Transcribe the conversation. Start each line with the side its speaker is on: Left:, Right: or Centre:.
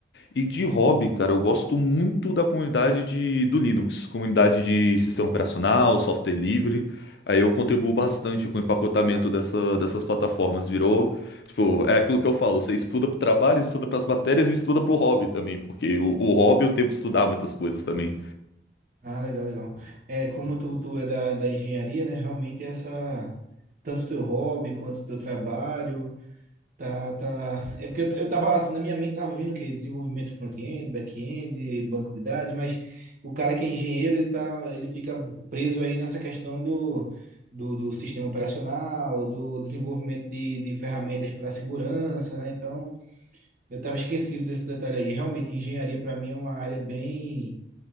Left: E de hobby, cara, eu gosto muito da comunidade de, do Linux, comunidade de sistema operacional, software livre. Aí eu contribuo bastante com o empacotamento dessa- dessas plataformas. Virou, tipo, é aquilo que eu falo, você estuda pro trabalho, estuda pras matérias e estuda pro hobby também, porque o, o hobby eu tenho que estudar muitas coisas também.
Right: Ah, legal, legal. É, como tu, tu é da, da engenharia, né? Realmente essa tanto o teu hobby quanto o teu trabalho. Tá, tá. É porque eu t- eu tava assim, na minha mente tava vindo o quê? Desenvolvimento front-end, back-end, banco de dados, mas o cara que é engenheiro, ele tá, ele fica preso aí nessa questão do, do, do sistema operacional, do desenvolvimento de, de ferramentas para segurança, né? Então, eu tava esquecido desse detalhe aí. Realmente, engenharia para mim é uma área bem